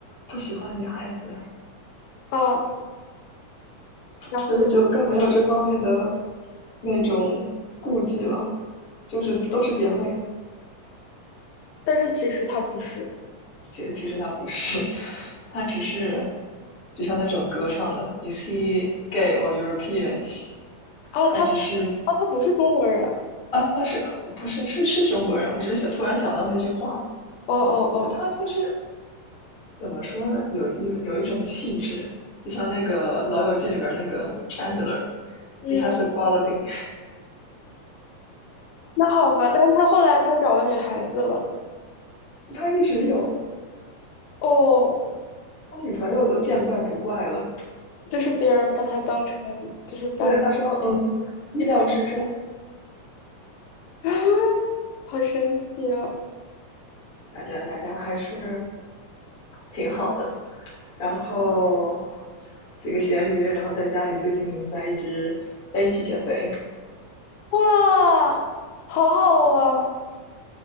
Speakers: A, on the left; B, on the left.
A: 不喜欢女孩子，
B: 啊。然后
A: 所以就更没有这方面的那种顾忌了，就是都是姐妹。
B: 但是其实他不是。
A: 其其实她不是，她只是就像那首歌唱的，Is he gay or European？<laughs>
B: 哦，他哦，
A: 他只是
B: 他不是中国人。
A: 啊啊是不是是是中国人？我只是想突然想到那句话，
B: 哦哦哦，
A: 他就是怎么说呢？有有有一种气质，就像那个《老友记》里边那个 Chandler，he
B: 嗯，
A: has a quality，
B: 那好吧，但是他后来他找了女孩子了。
A: 他一直有，
B: 哦，
A: 他女朋友都见怪不怪了。
B: 就是别人把他当成，就是把，
A: 对，他说，嗯，意料之中，
B: <laughs> 好神奇啊！
A: 反正大家还是挺好的。然后几个咸鱼，然后在家里最近在一直在一起减肥，
B: 哇，好好啊！